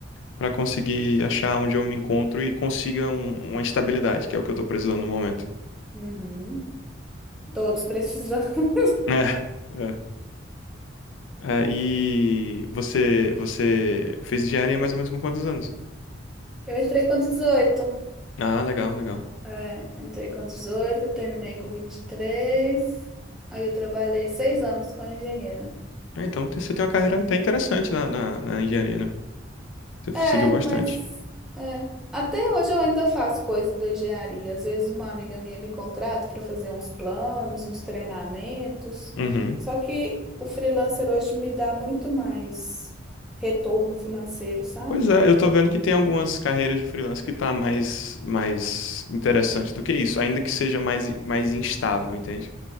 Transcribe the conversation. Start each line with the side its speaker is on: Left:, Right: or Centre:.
Left: para conseguir achar onde eu me encontro e consiga um- uma estabilidade, que é o que eu tô precisando no momento.
Centre: Uhum. Todos precisam. <laughs>
Left: <laughs> É, é. É, e você, você fez engenharia mais ou menos com quantos anos?
Centre: Eu entrei com 18.
Left: Ah, legal, legal.
Centre: É, entrei com 18, terminei com 23. Aí eu trabalhei seis anos como engenheira.
Left: Ah, então tem- você tem uma carreira até interessante na, na, na engenharia, né? Você
Centre: É,
Left: seguiu bastante.
Centre: mas é, até hoje eu ainda faço coisa da engenharia. Às vezes uma amiga minha me contrata para fazer uns planos, uns treinamentos.
Left: Uhum.
Centre: Só que o freelancer hoje me dá muito mais retorno financeiro, sabe?
Left: Pois é, eu tô vendo que tem algumas carreiras de freelance que tá mais, mais interessante do que isso, ainda que seja mais, mais instável, entende?